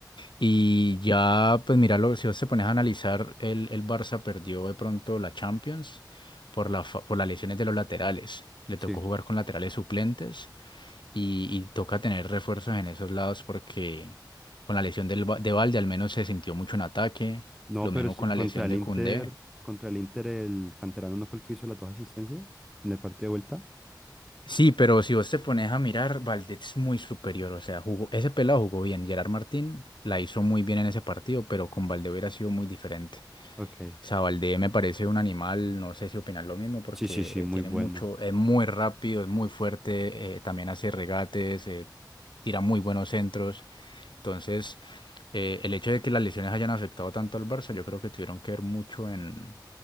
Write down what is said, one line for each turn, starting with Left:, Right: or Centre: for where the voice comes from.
Left: Y ya, pues míralo, si vos te pones a analizar, el, el Barça perdió de pronto la Champions por la, fa- por las lesiones de los laterales. Le tocó
Centre: sí.
Left: jugar con laterales suplentes y, y toca tener refuerzos en esos lados porque con la lesión del, Ba- de Valde al menos se sintió mucho en ataque.
Centre: No,
Left: Lo
Centre: pero
Left: mismo
Centre: sí,
Left: con
Centre: contra
Left: la lesión
Centre: el
Left: de
Centre: Inter,
Left: Koundé.
Centre: contra el Inter, el canterano no fue el que hizo las dos asistencias en el partido de vuelta.
Left: Sí, pero si vos te pones a mirar, Valde es muy superior. O sea, jugó, ese pelado jugó bien. Gerard Martín la hizo muy bien en ese partido, pero con Valde hubiera sido muy diferente.
Centre: Ok.
Left: Sabaldé me parece un animal, no sé si opinas lo mismo, porque
Centre: Sí, sí, sí,
Left: eh,
Centre: muy
Left: tiene
Centre: bueno.
Left: mucho, es muy rápido, es muy fuerte, eh, también hace regates, eh, tira muy buenos centros. Entonces, eh, el hecho de que las lesiones hayan afectado tanto al Barça, yo creo que tuvieron que ver mucho en,